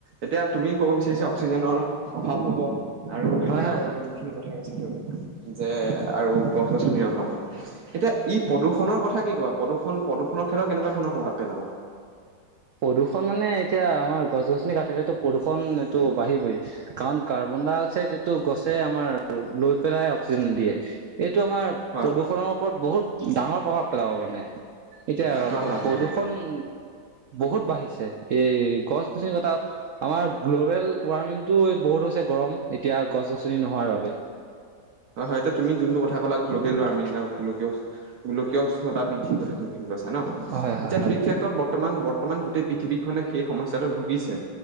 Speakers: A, on the right (about 60°); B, on the right (about 80°).
A: এতিয়া তুমি ক'ব বিচাৰিছা অক্সিজেনৰ অভাৱ হ'ব। আৰু <unintelligible>
B: হয় হয় হয় হয়
A: খিনি কথাই কৈছা তুমি যে, আৰু গছ-গছনিৰ অভাৱ হ'ব। এতিয়া ই প্ৰদূষণৰ কথা কি ক'বা? প্ৰদূষণ প্ৰদূষৰ ক্ষেত্ৰত কেনেকুৱা ধৰণৰ প্ৰভাৱ পেলাব?
B: প্ৰদূষণ মানে এতিয়া আমাৰ গছ-গছনি কাটিলেটো প্ৰদূষণ এইটো বাঢ়িবই। কাৰণ কাৰ্বন-ডাই-অক্সাইড এইটো গছে আমাৰ ল' লৈ পেলাই অক্সিজেন দিয়ে। এইটো আমাৰ
A: হয়
B: প্ৰদূষণৰ ওপৰত বহুত ডাঙৰ প্ৰভাৱ পেলাব মানে। এতিয়া
A: হয়
B: প
A: হয় হয়
B: প্ৰদূষণ বহুত বাঢ়িছে, এই গছ-গছনি কটা আমাৰ গ্ল'বেল ৱাৰ্মিংটো বহুত হৈছে, গৰম এতিয়া গছ-গছনি নোহোৱাৰ বাবে।
A: অ, হয়টো তুমি যোনটো কথা ক'লা, গ্ল'বেল ওৱাৰ্মিং, গোলকীয় উষ্ণ গোলকীয় উষ্ণতা বৃদ্ধিৰ কথা যোনখিনি কৈছে ন?
B: হয় হয়
A: এতিয়া সেই ক্ষেত্ৰত বৰ্তমান বত বৰ্তমান গোটেই পৃথিৱীখনে সেই সমস্যাটোত ভুগিছে।